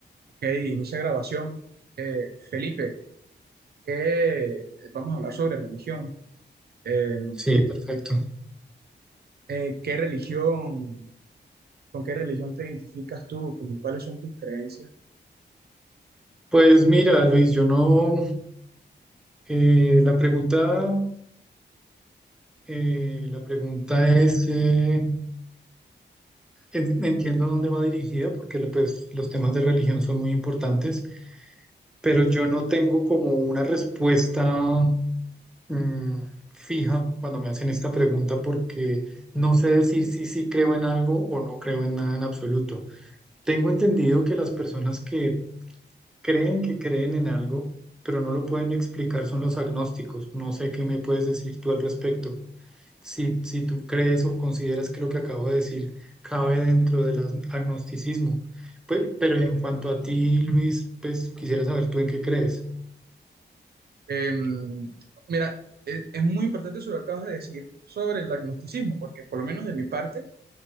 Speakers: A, on the right; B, in the centre.
A: Ok, inicia grabación. Eh, Felipe, ¿qué- vamos a hablar sobre religión. Eh,
B: Sí, perfecto.
A: eh, ¿qué religión, con qué religión te identificas tú? ¿Con cuáles son tus creencias?
B: Pues mira, Luis, yo no, eh, la pregunta, eh, la pregunta es, eh, en- entiendo dónde va dirigida, porque la- pues, los temas de religión son muy importantes, pero yo no tengo como una respuesta, mm, fija cuando me hacen esta pregunta, porque no sé decir si sí creo en algo o no creo en nada en absoluto. Tengo entendido que las personas que Creen que creen en algo, pero no lo pueden explicar, son los agnósticos. No sé qué me puedes decir tú al respecto. Si, si tú crees o consideras que lo que acabo de decir cabe dentro del as- agnosticismo. Pues, pero en cuanto a ti, Luis, pues quisiera saber tú en qué crees.
A: Eh, mira, es, es muy importante eso que acabas de decir sobre el agnosticismo, porque por lo menos de mi parte,